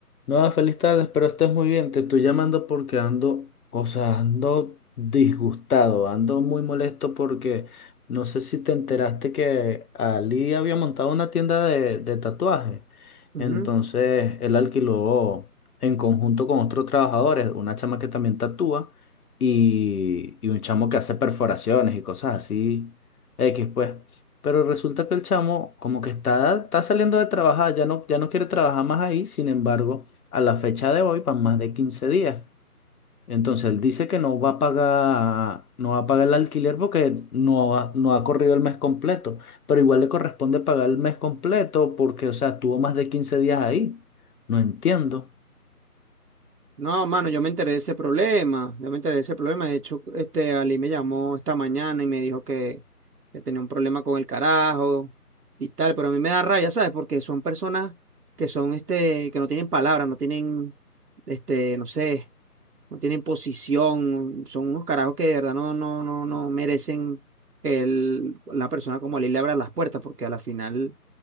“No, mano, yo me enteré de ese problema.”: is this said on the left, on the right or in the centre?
Right